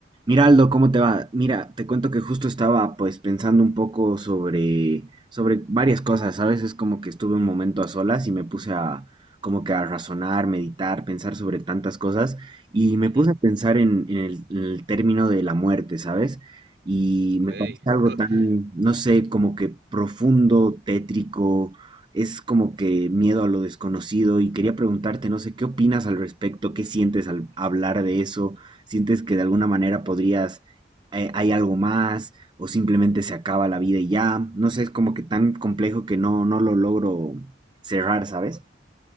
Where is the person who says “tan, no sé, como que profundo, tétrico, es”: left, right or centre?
Right